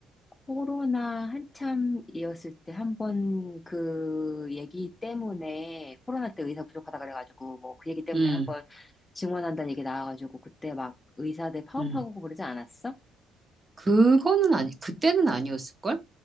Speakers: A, on the left; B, on the right.
A: 코로나 한참이었을 때 한 번 그 얘기 때문에 코로나 때 의사 부족하다 그래가지고 뭐 그 얘기 때문에
B: 음,
A: 한 번 증원한다는 얘기 나와가지고 그때 막 의사들 파업하고
B: 음,
A: 그러지 않았어?
B: 그거는 아니, 그때는 아니었을걸?